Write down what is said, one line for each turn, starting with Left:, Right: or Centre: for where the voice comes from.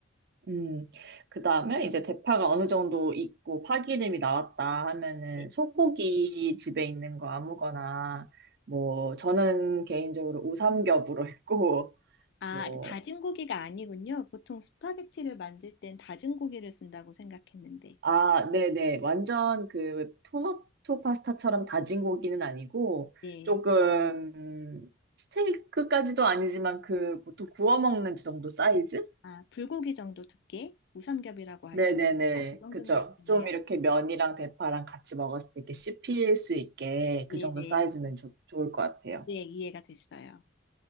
Right: 음, 그 다음에 이제 대파가 어느 정도 익고 파기름이 나왔다 하면은
Left: 네.
Right: 소고기 집에 있는 거 아무거나 뭐 저는 개인적으로 우삼겹으로 했고
Left: 아,
Right: 뭐
Left: 그 다진 고기가 아니군요. 보통 스파게티를 만들 땐 다진 고기를 쓴다고 생각했는데.
Right: 아, 네네 완전 그 토마토 파스타처럼 다진 고기는 아니고
Left: 네.
Right: 조금 스테이크까지도 아니지만 그 보통 구워 먹는 정도 사이즈?
Left: 아, 불고기 정도 두께? 무삼겹이라고 하셨습니까?
Right: 네네네.
Left: 그 정도면
Right: 그죠.
Left: 됐네요.
Right: 좀 이렇게 면이랑 대파랑 같이 먹었을 때 이렇게 씹힐 수 있게
Left: 네네.
Right: 그 정도 사이즈면
Left: 네,
Right: 좋 좋을 것 같아요.
Left: 네, 이해가 됐어요.